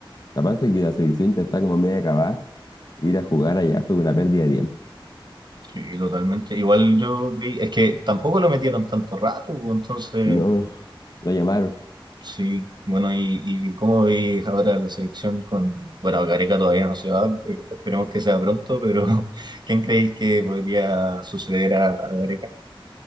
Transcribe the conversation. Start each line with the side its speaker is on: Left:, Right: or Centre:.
Left: aparte de que la selección ya está como a media acabada, ir a jugar allá fue una pérdida de tiempo.
Right: Sí, totalmente. Igual yo creí, es que tampoco lo metieron tanto rato, pues, entonces,
Left: No, no, lo llamaron.
Right: sí, bueno, y, y cómo veis ahora la selección con, bueno, Gareca todavía no se va, eh, esperemos que sea pronto, pero <laughs> ¿quién creéis que podría suceder a, a Gareca?